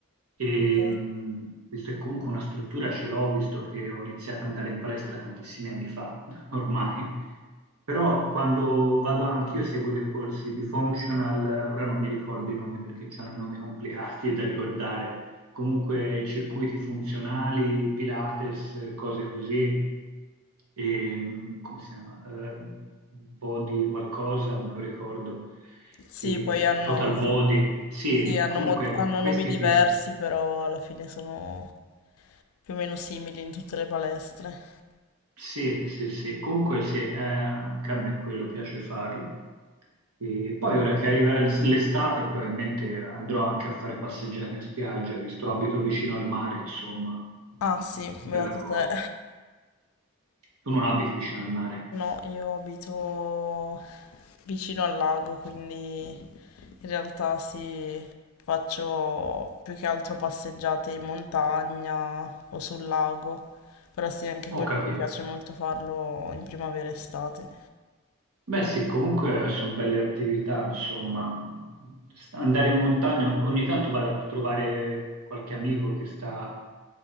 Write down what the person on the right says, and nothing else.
E,
mh, visto che comunque una struttura ce l'ho, visto che ho iniziato ad andare in palestra tantissimi anni fa, <laughs> ormai. Però quando vado, anch'io seguo dei corsi di functional, ora non mi ricordo i nomi perché hanno i nomi complicati da ricordare, comunque circuiti funzionali, Pilates, cose così, e, mh, come si chiama? Eh, body qualcosa, me lo ricordo,
E,
total
body, sì,
comunque
ecco,
questi
qui.
Sì, sì, sì, comunque sì, eh, anche a me quello piace farlo. E poi ora che arriverà l'es- l'estate probabilmente andrò anche a fare passeggiate in spiaggia, visto abito vicino al mare, insomma, Mm,
bella
cosa.
Tu non abiti vicino al mare?
Ho capito.
Beh sì, comunque sono belle attività, insomma. Sta- Andare in montagna, ogni tanto vado a trovare qualche amico che sta